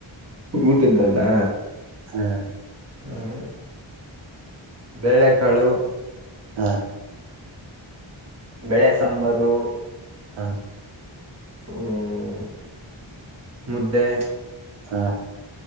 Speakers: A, on the right; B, on the right.
A: ಊಟ್ದಲ್ಲ
B: ಹ್ಮ್
A: ಹ್ಮ ಬೇಳೆಕಾಳು
B: ಹಾ
A: ಬೇಳೆ ಸಾಂಬಾರು
B: ಹಾ
A: ಹ್ಮ ಮುದ್ದೆ
B: ಹಾ